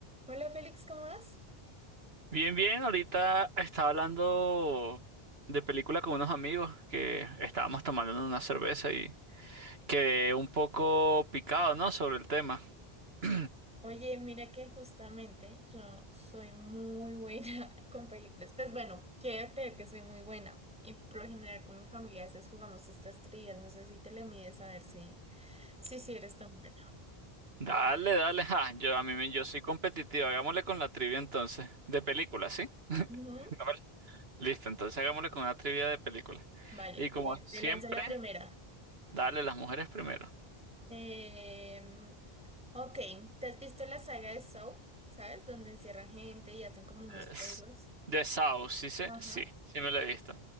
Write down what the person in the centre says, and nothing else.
Hola Félix, ¿cómo vas?
Oye, mira que justamente yo soy muy buena <laughs> con películas. Pues bueno, quiero creer que soy muy buena. Y por lo general con mi familia a veces jugamos estas trillas. No sé si te le mides a ver si, si, si eres tan buena.
Ujú.
Vale,
eh,
te lanzo la primera.
Em, ok, ¿te has visto la saga de Saw? ¿Sabes? Donde encierran gente y hacen como unos
juegos.
Ajá.